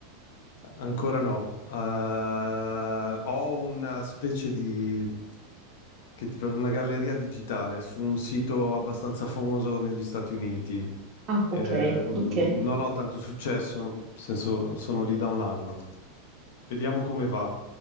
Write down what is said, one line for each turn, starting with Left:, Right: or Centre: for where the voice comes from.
Left: Ancora no. Eh, ho una specie di che tipo- una galleria digitale su un sito abbastanza famoso negli Stati Uniti.
Right: Ah, ok,
Left: Ehm,
Right: ok,
Left: non ho tanto successo, nel senso sono lì da un anno. Vediamo come va.